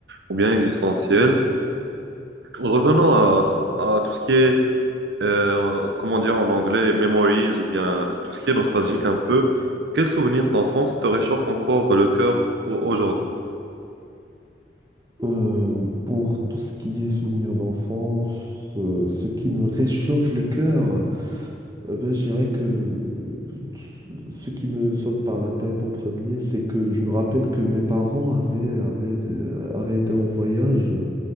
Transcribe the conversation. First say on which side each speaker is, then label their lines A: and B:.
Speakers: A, on the right; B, on the right.
A: ou bien existentielles, revenons à, à tout ce qui est euh, comment dire en anglais, memories ou bien tout ce qui est nostalgique un peu, quel souvenir d'enfance te réchauffe encore le cœur au- aujourd'hui?
B: Euh, pour tout ce qui est souvenirs d'enfance, euh, ce qui me réchauffe le cœur, euh, ben, je dirais que euh, ce qui me saute par la tête en premier, c'est que je me rappelle que mes parents avaient, avaient, euh, avaient été en voyage euh,